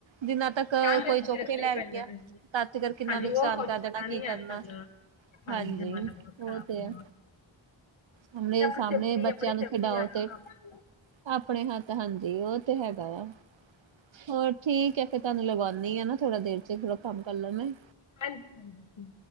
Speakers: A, on the right; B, on the left.
A: ਜਿਨਾਂ ਤੱਕ ਤੋ
B: ਧਿਆਨ ਤੇ
A: ਕੋਈ
B: ਲੱਗੇ
A: ਚੌਕੇੇ
B: ਰੱਖਣੇ
A: ਲੈ
B: ਹੀ ਪੈਂਦੇ
A: ਕੇ ਗਿਆ,
B: ਨੇ
A: ਤਾ ਤੇ ਕਿੰਨਾ
B: ਹਾਂਜੀ
A: ਨੁਕਸਾਨ
B: ਉਹ ਕੁਝ
A: ਕਰ ਦੇਣਾ
B: ਪਤਾ ਨਹੀਂ
A: ਕੀ ਕਰਨਾ।
B: ਅੱਜ ਕੱਲ੍ਹ ਦਾ
A: ਹਾਂਜੀ,
B: ਜ਼ਮਾਨਾ ਬਹੁਤ
A: ਉਹ
B: ਖ਼ਰਾਬ
A: ਤੇ
B: ਹੋ ਗਿਆ
A: ਹੈ।
B: ਵਾ
A: ਹੁਣ ਵੇ
B: ਤੇ ਆਪਣੀ
A: ਸਾਹਮਣੇ
B: ਸੇਫਟੀ
A: ਬੱਚਿਆਂ
B: ਆਪਣੀ
A: ਨੂੰ
B: ਸੇਫਟੀ
A: ਖਿਡਾਓ
B: ਆਪ
A: ਤੇ
B: ਆਪ-
A: ਆਪਣੇ ਹੱਥ ਹਾਂਜੀ, ਉ ਤੇ ਹੈਗਾ ਆ ਹੋਰ ਠੀਕ ਹੈ, ਫਿਰ ਤੁਹਾਨੂੰ ਲਗਾਉਦੀ ਆ ਨਾ ਥੋੜਾ ਦੇਰ ਚ ਥੋੜਾ ਕੰਮ ਕਰ ਲੈਂ ਮੈ।
B: ਹਾਂਜੀ- ਹਾਂਜੀ।